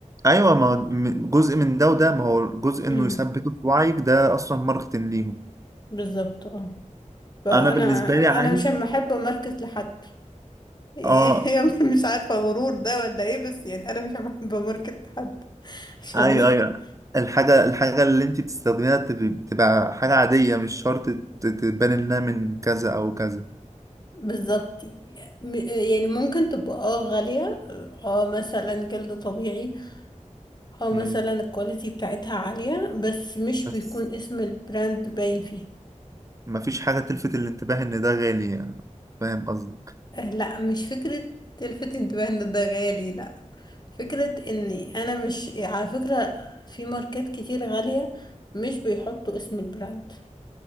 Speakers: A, on the right (about 25°); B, on the left (about 35°).
A: أيوة ما هو من- جزء من ده وده ما هو جزء
B: امم
A: إنه يثبته في وعيك ده أصلا ماركتنج ليهم
B: بالظبط اه فانا
A: أنا بالنسبة لي عايز
B: انا مش محبه ماركت لحد <laughs> يعني
A: اه
B: مش عارفه غرور ده ولا ايه بس يعني انا مش محبه ماركت لحد عشان
A: أيوة
B: يعني
A: أيوة الحاجة الحاجة اللي أنت بتستخدميها تب- تبقى حاجة عادية مش شرط ت- تبان إنها من كذا أو كذا
B: بالظبط م- يعني ممكن تبقى اه غاليه اه مثلا جلد طبيعي اه مثلا
A: مم.
B: الكواليتي بتاعتها عاليه بس مش
A: بس
B: بيكون اسم البراند باين فيها
A: مفيش حاجة تلفت الانتباه إن ده غالي يعني. فاهم قصدي
B: آه، لا مش فكره تلفت انتباه ان ده غالي لا فكره اني انا مش على فكره في ماركات كتير غاليه مش بيحطوا اسم البراند